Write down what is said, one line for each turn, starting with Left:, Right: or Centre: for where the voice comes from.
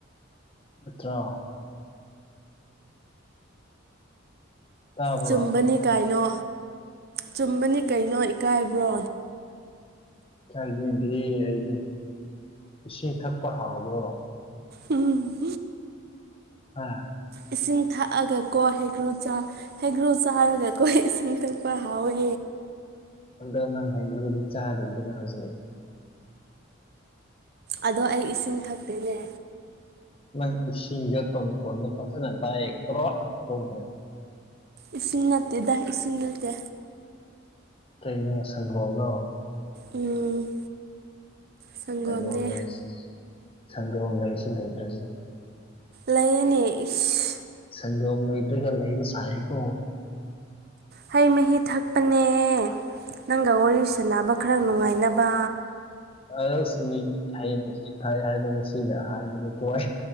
Left: ꯅꯠꯇ꯭ꯔꯣ ꯇꯥꯕ꯭ꯔꯣ
Right: ꯆꯨꯝꯕꯅꯤ ꯀꯥꯏꯅꯣ ꯆꯨꯝꯕꯅꯤ ꯀꯩꯅꯣ ꯏꯀꯥꯏꯕ꯭ꯔꯣ
Left: ꯏꯀꯥꯏꯕꯤꯗꯤꯌꯦ ꯑꯩꯗꯤ ꯏꯁꯤꯡ ꯊꯛꯄ ꯍꯥꯎꯕ꯭ꯔꯣ
Right: ꯎꯝ
Left: ꯑ
Right: ꯏꯁꯤꯡ ꯊꯛꯑꯒꯀꯣ ꯍꯩꯒ꯭ꯔꯨ ꯆꯥ ꯍꯩꯒ꯭ꯔꯨ ꯆꯥꯔꯒ ꯀꯣꯏ ꯏꯁꯤꯡ ꯊꯛꯄ ꯍꯥꯎꯋꯦ
Left: ꯑꯗꯣ ꯅꯪ ꯍꯥꯏꯅꯤꯡꯒꯗꯤ ꯆꯥꯗ꯭ꯔꯤꯗꯅ ꯍꯧꯖꯤꯛ
Right: ꯑꯗꯣ ꯑꯩ ꯏꯁꯤꯡ ꯊꯛꯇꯦꯅꯦ
Left: ꯅꯪ ꯏꯁꯤꯡ ꯌꯣꯠꯄ ꯃꯈꯣꯟꯗꯣ ꯐꯖꯅ ꯇꯥꯏꯌꯦꯛ ꯀ꯭ꯔꯣ ꯀꯧꯈ꯭ꯔꯦ
Right: ꯏꯁꯤꯡ ꯅꯠꯇꯦꯗ ꯏꯁꯤꯡ ꯅꯠꯇꯦ
Left: ꯀꯩꯅꯣ ꯁꯪꯒꯣꯝꯂꯣ
Right: ꯎꯝ ꯁꯪꯒꯣꯝꯅꯦ
Left: ꯁꯪꯒꯣꯝ ꯂꯩꯁ ꯁꯪꯒꯣꯝ ꯂꯩꯁꯨ ꯂꯩꯇꯔꯕ
Right: ꯂꯩꯌꯦꯅꯦ ꯏꯁ
Left: ꯁꯪꯒꯣꯝ ꯂꯩꯇ꯭ꯔꯒ ꯂꯩꯕ ꯁꯥꯏꯀꯣ
Right: ꯍꯩ ꯃꯍꯤ ꯊꯛꯄꯅꯦ ꯅꯪꯒ ꯋꯥꯔꯤ ꯁꯥꯟꯅꯕ ꯈꯔ ꯅꯨꯡꯉꯥꯏꯅꯕ
Left: ꯑꯁ ꯃꯤꯒꯤ ꯍꯩ ꯃꯍꯤ ꯊꯛꯑꯦ ꯍꯥꯏꯕ ꯉꯁꯤꯒꯤ ꯑꯍꯥꯟꯕꯅꯤ ꯍꯣꯏ